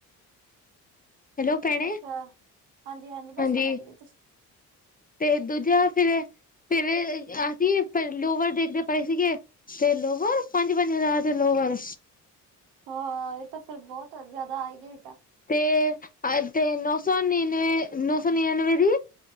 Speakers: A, on the left; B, on the right.
A: ਹੈਲੋ ਭੈਣੇ,
B: ਅੱਛਾ ਹਾਂਜੀ ਮੈਂ
A: ਹਾਂਜੀ।
B: ਸੁਣਨ ਦੀ
A: ਤੇ ਦੂਜਾ ਫੇਰ, ਫੇਰ ਅਸੀ ਫੇਰ ਲੋਵਰ ਦੇਖਦੇ ਪਏ ਸੀਗੇ। ਤੇ ਲੋਵਰ ਪੰਜ-ਪੰਜ ਹਜ਼ਾਰ ਦੇ ਲੋਵਰ।
B: ਹਾਂ ਇਹ ਤਾਂ ਫੇਰ ਬਹੁਤ ਜਾਦਾ ਹਾਈ ਰੇਟ ਆ।
A: ਤੇ ਅ ਤੇ ਨੌ ਸੌ ਨੜਿਨਵੇ ਨੌ ਸੌ ਨੜਿਨਵੇ ਦੀ